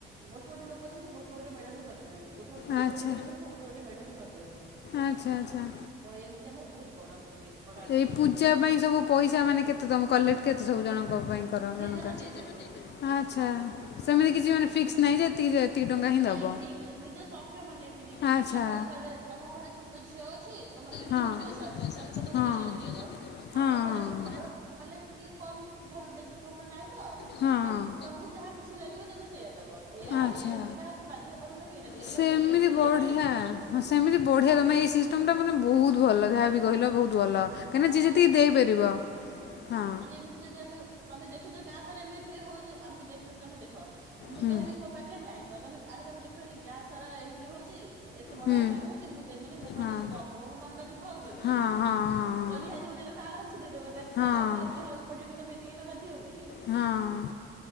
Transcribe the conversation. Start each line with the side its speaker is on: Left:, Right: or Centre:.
Right: ଗୋଟେ ଗୋଟେ ଲୋକ ଅଛନ୍ତି ଗୋଟେ ଗୋଟେ ମେଢ ବି କରିଦିଅନ୍ତି ଗୋଟେ ଗୋଟେ ତାଙ୍କର
Left: ଆଚ୍ଛା
Right: ଗୋଟେ ଗୋଟେ ଇଚ୍ଛା ସେ ଗୋ ଗୋଟେ ଗୋଟେ ମେଢ ବି କରିଦିଅନ୍ତି।
Left: ଆଚ୍ଛା ଆଚ୍ଛା।
Right: ତ ଏମିତି ଆମର ବହୁତ ବଡ ହୁଏ। ବଡ ଆକାରରେ
Left: ଏଇ ପୂଜା
Right: ହୁଏ
Left: ପାଇଁ ସବୁ ପଇସା ମାନେ କେତେ ତମେ କଲେକ୍ଟ କେତ ସବୁ ଜଣଙ୍କ ପାଇଁ? କର
Right: ଯିଏ
Left: ଜଣଙ୍କା
Right: ଯାହା ଦେଇପାରିବ।
Left: ଆଚ୍ଛା ସେମିତି କିଛି ଫିକ୍ସ ନାଇ ଯେ ଏତିକି ଟଙ୍କା ହିଁ
Right: ନାଇଁ
Left: ଦେବ
Right: ଫିକ୍ ନିଜ ସକ୍ଷମ ନେଇକିନି
Left: ଆଚ୍ଛା
Right: ତମ ଘରେ ତମ ଘରେ ଛୋଟ ଝିଅ ଅଛି ତମର କିନ୍ତୁ
Left: ହଁ
Right: ବହୁତ
Left: ହଁ
Right: ପଇସା ଅଛି ତ ତମେ ତମର
Left: ହଁ
Right: ଦି ହଜାର ଦେଇଦେଲ
Left: ହଁ।
Right: ଆମ ଘରେ ଆମର ମାନେ ଟିକେ କମ ଭଲ ବେଶୀ ଭଲ ନାହିଁ ତ
Left: ହଁ।
Right: ତମ ତମକୁ ଯାହା ଖୁସି ଲାଗିବ ତମେ ସେଇଆ ଦବ ଏଇୟା
Left: ଆଚ୍ଛା।
Right: ଆଉ ସେମିତି କାହାକୁ ବାଧ୍ୟ କରିବୁନି କି ଏଇଟା ଦେ ଏଇଟା
Left: ସେମିତି
Right: ଦେଲେ ଏମିତି ଯଦି
Left: ବଢିଆ
Right: କରିବୁ
Left: ହଁ ସେମିତି ବଢିଆ ତମେ ଏଇ ତମେ ମାନେ ବହୁତ ଭଲ ଯାହା ବି କହିଲ ବହୁତ ଦୁଆଲ କାହିଁକିନା
Right: ନହେଲେ
Left: ଯିଏ ଯେତିକି
Right: ଯଦି
Left: ଦେଇପାରିବ ହଁ।
Right: କହିଲି ଏମିତି ଯଦି ଆମ ତମେ ଦେଖୁଛ ଗାଁ ସାର ଏମିତି ହଉଛି ଆମେ ଦେଖୁ ତମେ ଦେଖ ଆଉ ମୁଁ
Left: ହୁଁ।
Right: କହିବି କି ମୋ ପାଖରେ ନାହିଁ ତମେ ଆଡେ ତମେ ଦେଖିବା କି ଗାଁ ସାରା ଏମିତି ହଉଛି। ଏତେ ବଡ
Left: ହୁଁ।
Right: ଆକାର ହଉଛି ମୁଁ ଦେବିନି ମୋ ପାଇଁ
Left: ହଁ।
Right: ଯଦି କମ ହବ ମୋ ମନ ଟ ଦୁଃଖ ହବ କି
Left: ହଁ
Right: ନାଇଁ।
Left: ହଁ। ହଁ।
Right: ତ ନିହାତି ଗୋଟେ ଲୋକ ଆରାମସେ ଦେଇଦେବ ତା
Left: ହଁ
Right: ଆଉ କାହିଁକି କାହାକୁ କହିବାକୁ ପଡିବ କି ତମେ ଏତିକି ଟଙ୍କା ଦିଅ ବୋଲି
Left: ହଁ